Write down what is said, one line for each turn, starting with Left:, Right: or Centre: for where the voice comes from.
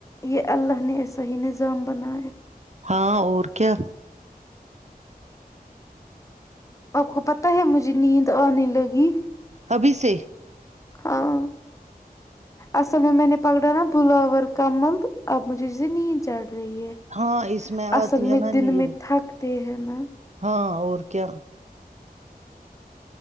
Left: یہ اللہ نے ایسا ہی نظام بنا
Right: ہاں اور کیا
Left: آپ کو پتاہ ہے مجھے نیند تو آنے لگی
Right: ابھی سے
Left: ہاں اصل میں میں نے پکڑا نا بلاور کمل اب مجھے نیند چڑھ رہی ہے
Right: ہاں اس میں آتی
Left: اصل میں
Right: ہے نا
Left: دن
Right: نیل
Left: میں تھکتے ہیں نا
Right: ہاں اور کیا